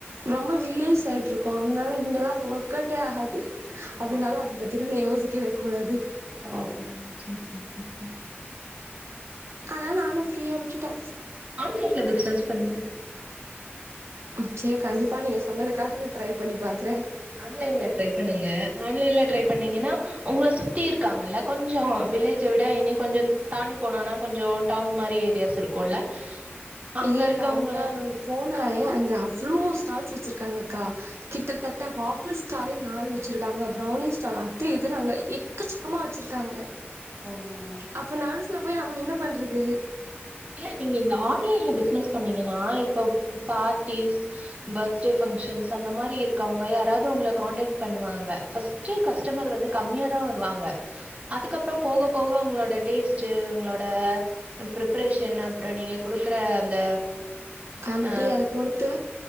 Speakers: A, on the right; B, on the right.
A: ரொம்ப வில்லேஜ் சைடு் இருக்கோ அதனால இங்கெல்லாம் அது ஒர்க்கட்டே ஆகாது
B: ஓ
A: அதனால அத பத்திலா நா யோசிக்கவே கூடாது
B: <inaudible>
A: அதானால நானு வந்து ஃப்ரீயா விட்டுட்டே
B: ஆன்லைன்ல பிசினஸ் பண்ணுங்க
A: ம செரி கண்டிப்பா நீங்க சொன்னதுக்காக நா ட்ரை பண்ணி பாக்குறே
B: ஆன்லைன்ல ட்ரை பண்ணுங்க ஆன்லைன்ல ட்ரை பண்ணீங்கன்னா உங்க சுத் த்தி இருக்காங்கல்ல கொஞ்சோ வில்லேஜ விட் இனி கொஞ்சோ தாண்டி போனோனா கொஞ்சோ டவுன் மாரி ஏரியாஸ் இருக்குல்ல அங்க
A: இல்ல
B: இருக்கவங்க
A: இல்ல அங்க நமக்கு போனாலே அங்க அவ்வளோ ஸ்டால்ஸ் வச்சிருக்காங்க கா கிட்டத்தட்ட வாபர் ஸ்டாலே நாள் வச்சிருக்காங்க பிரௌனி ஸ்டால் அது இது அங்க எக்கசக்கமா வச்சிருக்காங்க
B: <unintelligible>
A: அப்ப நர்ஸ்ல போய் நம்ம என்ன பண்றது
B: இல்ல நீங்க இந்த ஆன்லைன்ல பிசினஸ் பண்ணீங்கன்னா இப்ப பார்ட்டிஸ் பர்த்டே ஃபன்ச்ஷன்ஸ் அந்த மாரி இருக்கவங்க யாராவது உங்கள காண்டக்ட் பண்ணுவாங்க <unintelligible> கஸ்டமர் வந்து கம்மியாதா வருவாங்க அதுக்கப்றோ போக போக அவங்களோட டேஸ்ட்ட் உங்களோட பிரிப் ரேஷன் அப்பற நீங்க குடுக்குற அந்த
A: காண்ட்டிடி
B: அ
A: அத பொறுத்து